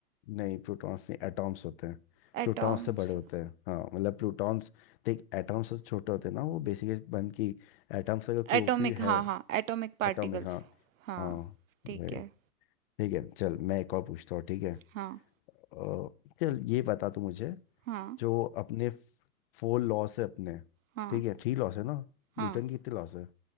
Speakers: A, on the left; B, on the right.
A: नहीं प्रोटॉन्स नहीं एटॉम्स होते हैं प्रोटॉन्स
B: एटॉम्स
A: से बड़े होते हैं हाँ मतलब प्रोटॉन्स देख एटॉम्स से छोटे होते हैं ना वो बेसिकली बन की एटॉम्स अगर क्लोजली
B: एटॉमिक हाँ
A: है
B: हाँ एटॉमिक पार्टिकल्स
A: एटॉमिक हाँ
B: हाँ
A: हाँ
B: ठीक
A: वही
B: है
A: ठीक है चल मैं एक और पूछता हूँ ठीक है
B: हाँ
A: अ, चल ये बता तू मुझे
B: हाँ
A: जो अपने फोर लॉस है अपने
B: हाँ
A: ठीक है थ्री लॉस है ना
B: हाँ
A: न्यूटन की कितने लॉस है